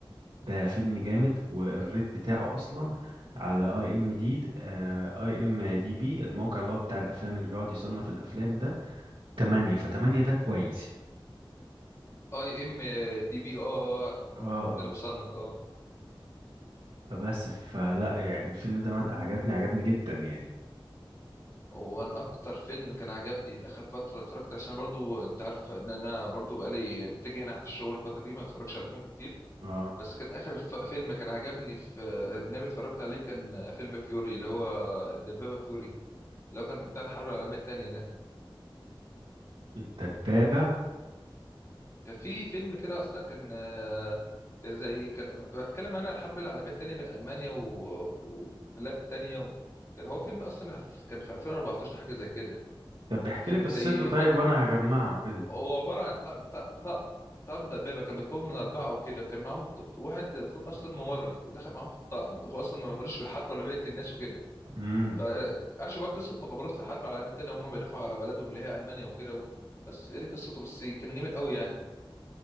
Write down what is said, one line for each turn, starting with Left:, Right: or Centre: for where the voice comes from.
Right: ده فيلم جامد والريت بتاعه اصلا على اي ام دي اي ام دي بي الموقع اللي هو بتاع الافلام اللي بيقعد يصنف الافلام ده 8 ف8 ده كويس
Left: اي ام دي بي اه آه، عارفه
Right: اه
Left: اه
Right: اه
Left: ده اللي بصنف اه
Right: فبس فلا يعني الفيلم ده عجبني عجبني جدا يعني
Left: وانا اكتر فيلم كان عجبني اخر فتره اتفرجت عشان برضو انت عارف ان انا برضو بقالي متجه ناحيه الشغل الفتره دي ما بتفرجش على فيلم كتير
Right: اه
Left: بس كان اخر ف- فيلم كان عجبني في اجنبي اتفرجت عليه كان فيلم فيوري اللي هو الدبابه فيوري لو كان بتاع الحرب العالمية التانية ده
Right: الدبابة
Left: كان في فيلم كده أصلا كان آه، كان زي كان بتكلم أنا عن الحرب العالمية التانية بين ألمانيا و- وبلاد تانية و... كان هو فيلم أصلا في- كان في 2014 حاجة زي كده
Right: طب احكي
Left: كان
Right: لي قصته
Left: زي
Right: طيب
Left: طق...
Right: وانا هجمعها كده
Left: هو عبارة عن طقم طق... طق... طقم دبابة كان متكون من أربعة وكده كان معاهم دكت... واحد المفروض أصلا ممرض ودخل معاهم في الطقم هو أصلا ما ملوش في الحرب ولا بقية الناس وكده
Right: امم
Left: فعاشوا بقى قصة مغامرات في الحرب العالمية التانية وهم بيدافعوا على بلدهم اللي هي ألمانيا وكده و... بس هي دي قصته بس كان جامد قوي يعني